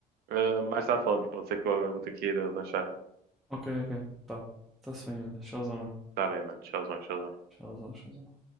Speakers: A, on the right; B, in the centre.
A: Uh, mais tarde falamos, pode ser que eu agora vou ter que ir a lanchar.
B: Ok, ok. Tá. Tá-se bem, olha. Showzão, mano.
A: Está bem, mano. Tchauzão, tchauzão.
B: Showzão, showzão.